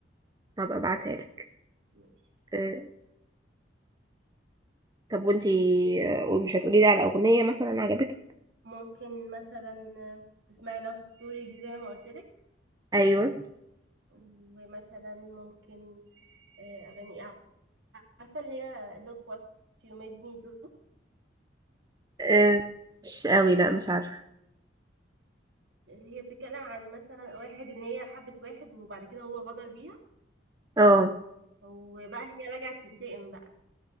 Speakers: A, on the right; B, on the right.
A: هبقى ابعتها لك
B: ماشي
A: أه طب وانتي آه، مش هتقولي لي على اغنيه مثلا عجبتك
B: ممكن مثلا تسمعي لاف ستوري دي زي ما قلت لك
A: ايوه
B: ومثلا ممكن آه، اغاني عارفه اللي هي look what you made me do
A: أه مش قوي لا مش عارفه
B: هي بتتكلم عن مثلا واحد ان هي حبت واحد وبعد كده هو غدر بيها
A: اه
B: وبقى هي رجعت تنتقم بقى